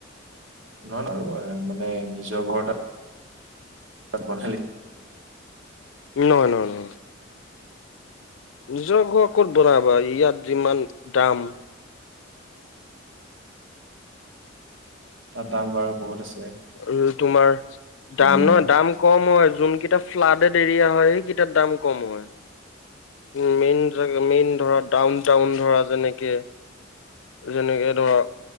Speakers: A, on the right; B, on the left.
A: না নাও আৰু মানে নিজৰ ঘৰতে বন্ধালি
B: নাই নাই নাই নিজৰ ঘৰ ক'ত বনাবা ইয়াত যিমান দাম
A: তাত দাম বাৰু বহুত আছে
B: আৰু তোমাৰ দাম
A: এইবিলাকৰ
B: নহয় দাম কম হয়। যোনকেইটা ফ্লাডেড এৰিয়া হয় সেইকেইটাৰ দাম কম হয় মেইন জা মেইন ধৰা ডাউন টাউন ধৰা যেনেকে যেনেকে ধৰা